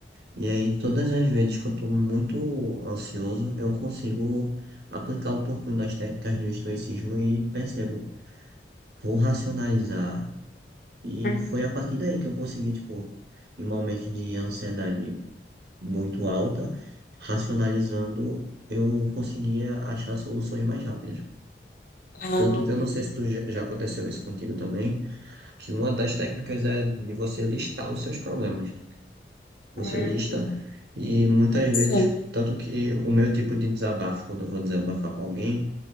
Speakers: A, on the right (about 65°); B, on the left (about 50°).
A: E aí, todas as vezes que eu estou muito ansioso, eu consigo aplicar um pouquinho das técnicas do estoicismo e percebo, vou racionalizar. E
B: Uhum.
A: foi a partir daí que eu consegui, tipo, em momentos de ansiedade muito alta, racionalizando, eu conseguia achar soluções mais rápidas.
B: Ah, entendi.
A: Tanto que eu não sei se tu já já aconteceu isso contigo também, que uma das técnicas é de você listar os seus problemas. você
B: Hum,
A: lista, e muitas
B: Interessante.
A: vezes, tanto que o meu tipo de desabafo, quando eu vou desabafar com alguém,